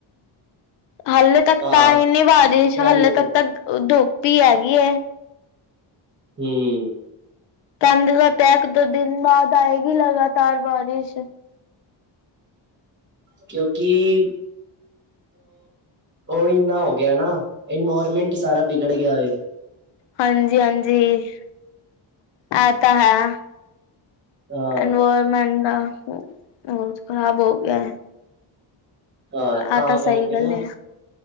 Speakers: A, on the left (about 65°); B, on the right (about 25°).
A: ਹਾਲੇ ਤੱਕ
B: ਹਾਂ
A: ਤਾਂ ਹੀ ਨੀ ਵਾਰਿਸ਼
B: ਕਹਿਣ
A: ਹਾਲੇ
B: ਦੀ
A: ਤੱਕ ਤਾਂ ਦੁੱਪ ਭ ਆਗੀਈ
B: ਹਮ
A: ਚੰਦ ਦਾ ਪੈਕ ਦੋ ਦਿਨ ਬਾਅਦ ਆਏਗੀ ਲਗਾਤਾਰ ਬਾਰਿਸ਼
B: ਕਿਉਂਕਿ ਉਹ ਇਨਾ ਹੋ ਗਿਆ ਨਾ ਇਨਵਾਇਰਮੈਂਟ ਸਾਰਾ ਬੀਗੜ ਗਿਆ ਏ
A: ਹਾਂਜੀ-ਹਾਂਜੀ, ਆ ਤਾਂ ਹੈ
B: ਹਾਂ
A: ਐਨਵਰਮੈਂਟ ਬ ਖ਼ਰਾਬ ਹੋ ਗਿਆ ਹੈ।
B: ਹਾਂ ਤਾਂ
A: ਆਹ
B: ਕਰਕੇ
A: ਸਹੀ ਗੱਲ
B: ਨਾ
A: ਹੈ